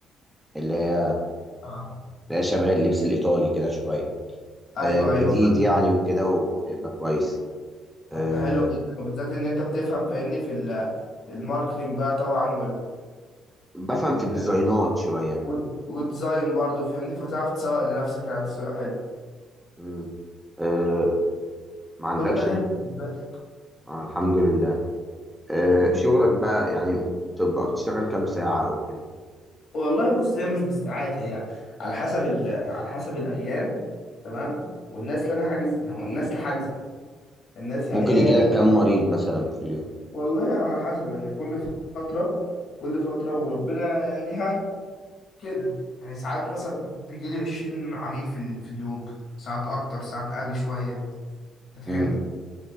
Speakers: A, in the centre; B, on the left.
A: اللي هي
B: اه
A: اللي هي شبه اللبس الإيطالي كده شوية
B: ايوه
A: أه جديد
B: ايوه فاهم
A: يعني وكده وهيبقى كويس
B: طب
A: أه
B: ده حلو جدا وبالذات ان انت بتفهم فاهمني في ال في الماركتينج بقى طبعا
A: بفهم
B: وال
A: في الديزاينات شوية
B: وت- وتزين برضه فاهمني فتعرف تسوق لنفسك يعني تسويق حلو
A: مم. أه ما عندكش
B: كل ده حلو
A: انت
B: بالنسبة لي
A: آه، الحمد لله أه
B: مم.
A: شغلك بقى يعني بتبقى بتشتغل كام ساعة أو كده
B: والله بص هي مش بالساعات هي على حسب ال... على حسب الأيام تمام والناس اللي أنا حاجز هو الناس اللي حاجزة الناس يعني
A: ممكن
B: هي
A: يجي لك كام مريض مثلا في اليوم
B: والله على حسب يعني كل فترة كل فترة وربنا يعني ها كده يعني ساعات مثلا بيك- بيجي لي 20 عميل في ال... في اليوم ساعات أكتر ساعات أقل شوية أنت فاهمني
A: امم